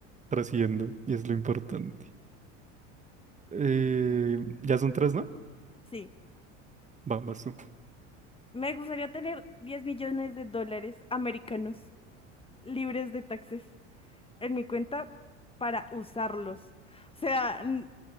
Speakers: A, on the right; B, on the left.
A: trasciendo, y es lo importante. Eh, ya son tres, ¿no?
B: Sí.
A: Vamos tú.
B: Me gustaría tener 10 millones de dólares americanos libres de taxes en mi cuenta para usarlos. O sea, n-